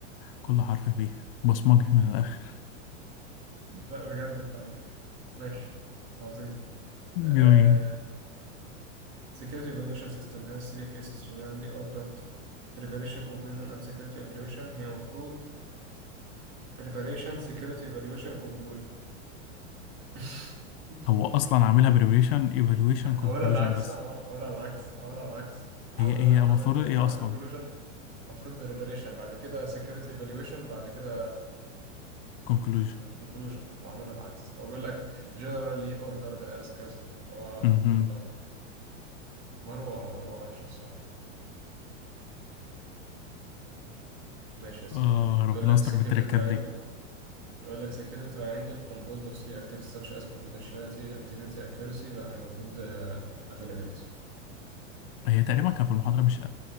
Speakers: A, on the left; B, on the right.
A: كل حرف فيه بصمجي من الاخر
B: لا بجد فعلا ماشي عظيم
A: جميل
B: uh, security evaluation system has three phases generally ordered preparation conclusion and security evaluation هي مفروض preparation security evaluation conclusion <laughs>
A: هو اصلا عاملها بريبريشن ايفالويشن كونكلوجن
B: عملها العكس
A: بس
B: عم- عملها العكس عملها العكس عملها
A: هي هي
B: عمل
A: المفروض
B: بري...
A: ايه
B: عمل
A: اصلا
B: كونكلوجن المفروض بريباريشن بعد كده سكيورتي ايفالويشن بعد كده
A: كونكلوجن
B: كونكلوجن وعملها العكس هو بيقول لك generally ordered as كذا هو هو
A: امم
B: ملخبط مروة مروة وحشة الصراحة ماشي يا سيدي
A: اه ربنا
B: بيقول لك
A: يستر
B: security
A: بالتركات
B: triangle
A: دي
B: يقول لك security triangle composed of three activities such as confidentiality integrity accuracy لا هي المفروض آه، availability
A: هي تقريبا كان في المحاضره مش